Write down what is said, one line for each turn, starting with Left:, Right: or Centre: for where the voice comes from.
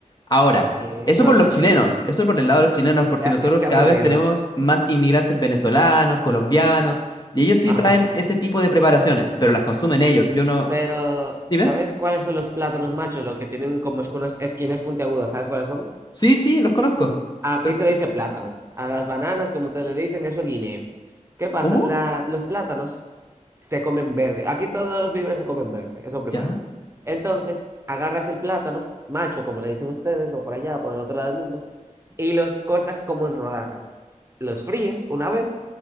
Left: Ahora,
Right: ¿Qué?
Left: eso
Right: No,
Left: por los
Right: no,
Left: chilenos,
Right: no, no.
Left: eso por el lado de los chilenos, porque
Right: Qué,
Left: nosotros
Right: qué- qué
Left: cada
Right: aburrido.
Left: vez tenemos más inmigrantes venezolanos, colombianos, y ellos sí
Right: Ajá.
Left: traen ese tipo de preparaciones, pero las consumen ellos. Yo no...
Right: Pero,
Left: Dime.
Right: ¿sabes cuáles son los plátanos machos? Los que tienen como esquinas, esquinas puntiagudas. ¿Sabes cuáles son?
Left: Sí, sí, los conozco.
Right: Aquí
Left: Pero,
Right: se
Left: pero,
Right: le dice plátano. A las bananas, como ustedes le dicen, eso es guineo. ¿Qué pasa?
Left: ¿cómo?
Right: La- los plátanos se comen verde. Aquí todos los víveres se comen verde. Eso primero.
Left: ¿Ya?
Right: Entonces, agarras el plátano, macho, como le dicen ustedes, o por allá, por el otro lado del mundo, y los cortas como en rodajas. Los fríes una vez